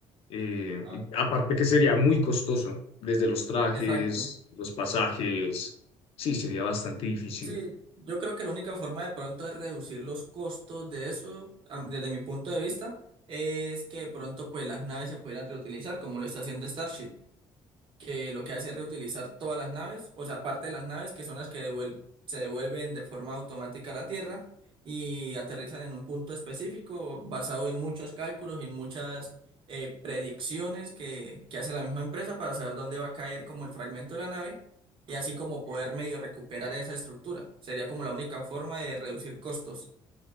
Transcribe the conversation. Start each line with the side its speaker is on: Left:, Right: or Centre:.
Left: Eh,
Right: No,
Left: y aparte que sería muy costoso, desde los trajes,
Right: Exacto.
Left: los pasajes, sí, sería bastante difícil.
Right: Sí, yo creo que la única forma de pronto de reducir los costos de eso, am- desde mi punto de vista, es que de pronto pues las naves se pudieran reutilizar como lo está haciendo Starship que lo que hace es reutilizar todas las naves, o sea, parte de las naves que son las que devuel- se devuelven de forma automática a la Tierra y aterrizan en un punto específico basado en muchos cálculos y muchas eh, predicciones que, que hace la misma empresa para saber dónde va a caer como el fragmento de la nave y así como poder medio recuperar esa estructura. Sería como la única forma de reducir costos.